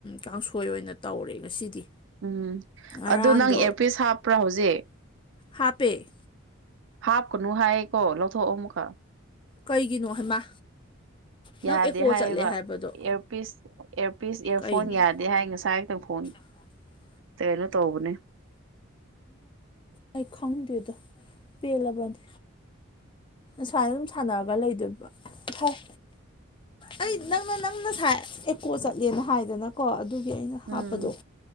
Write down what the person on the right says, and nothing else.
ꯎꯝ
ꯑꯗꯨ ꯅꯪ ꯑꯦꯌꯥꯔꯄꯤꯁ ꯍꯥꯞꯄ꯭ꯔꯥ ꯍꯧꯖꯤꯛ
ꯍꯥꯞꯀꯅꯨ ꯍꯥꯏꯌꯦ ꯀꯣ ꯂꯧꯊꯣꯛꯑꯣ ꯑꯃꯨꯛꯀ
ꯌꯥꯗꯦ
ꯍꯥꯏꯌꯦꯕ
ꯏꯌꯥꯔꯄꯤꯁ ꯏꯌꯥꯔꯄꯤꯁ ꯏꯌꯥꯔꯐꯣꯟ
ꯌꯥꯗꯦ ꯍꯥꯏ ꯉꯁꯥꯏ ꯈꯛꯇ ꯐꯣꯟ
ꯀꯩꯅꯣ ꯇꯧꯕꯅꯦ
ꯎꯝ